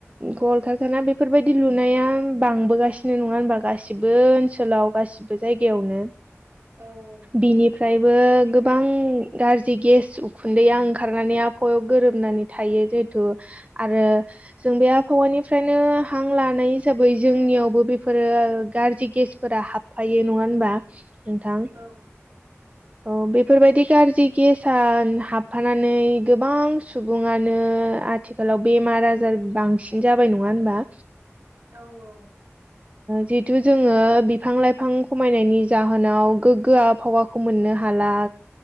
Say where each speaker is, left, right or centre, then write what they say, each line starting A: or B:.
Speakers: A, on the right; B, on the right.
A: कल कारखाना बे बेफोरबायदि लुनाया बांबोगासिनो नङा होनबा गासिबो ओनसोलाव गासिबो जायगायावनो
B: औ औ
A: बिनिफ्रायबो गोबां गाज्रि गेस उखुन्दैया ओंखारनानै आबहावायाव गोरोबनानै थायो जेहेथु आरो जों बे आबहावानिफ्रायनो हां लानाय हिसाबै जोंनियावबो बेफोरो गाज्रि गेसफोरा हाब फायो नङा होनबा नोंथां
B: औ
A: औ बेफोरबायदि गारजि गेसआ हाबफानानै गोबां सुबुङानो आथि आथिखालाव बेमार आजार बांसिन जाबाय नङा होनबा
B: औ औ
A: जितु जोङो बिफां लाइफां खमायनायनि जाहोनाव गोगो आबहावा खौ मोननो हाला